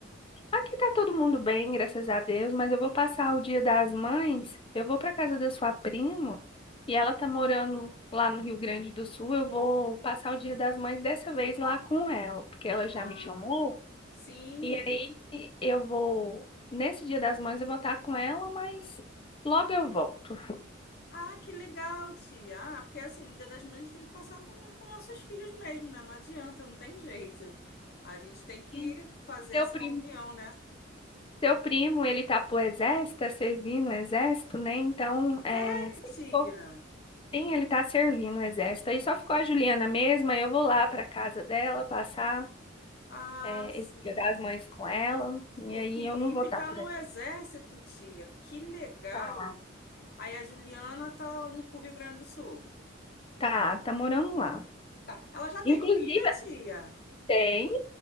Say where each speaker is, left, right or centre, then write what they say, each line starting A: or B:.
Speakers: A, on the left; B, on the left.
A: Aqui tá todo mundo bem, graças a Deus, mas eu vou passar o Dia das Mães. Eu vou para casa da sua prima e ela tá morando lá no Rio Grande do Sul. Eu vou passar o Dia das Mães dessa vez lá com ela, porque ela já
B: Ah,
A: me chamou.
B: sim.
A: E aí eu vou nesse Dia das Mães eu vou estar com ela, mas logo eu volto.
B: Ah, que legal, tia. Ah, porque assim, no Dia das Mães a gente tem que passar com, com nossos filhos mesmo, né? Não adianta, não tem jeito. A gente tem que
A: E
B: fazer
A: Seu
B: essa
A: primo,
B: união, né?
A: seu primo, ele tá pro exército, tá servindo o exército, né? Então, é,
B: Sério,
A: se
B: tia?
A: eu for Sim, ele tá servindo o exército. Aí só ficou a Juliana mesma. Eu vou lá pra casa dela passar
B: Ah,
A: é,
B: sim.
A: esse Dia das Mães com ela. E
B: O
A: aí
B: Felipe
A: eu não vou estar
B: tá
A: por
B: no
A: aqui.
B: exército, tia. Que legal.
A: Tá,
B: Aí a Juliana tá no pro Rio Grande do Sul.
A: tá, tá morando lá.
B: Tá. Ela já tem
A: Inclusive,
B: filho, tia?
A: tem.